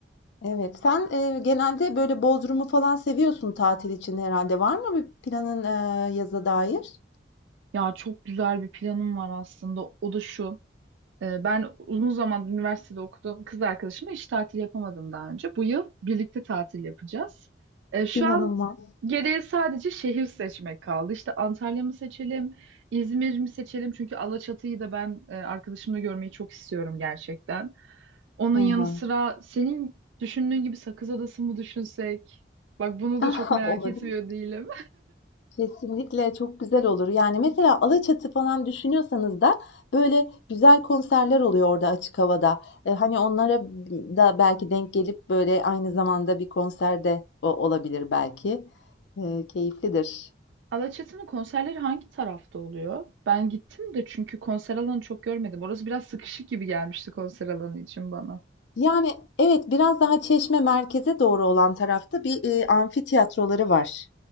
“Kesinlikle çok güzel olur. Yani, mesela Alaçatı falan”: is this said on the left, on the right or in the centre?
Left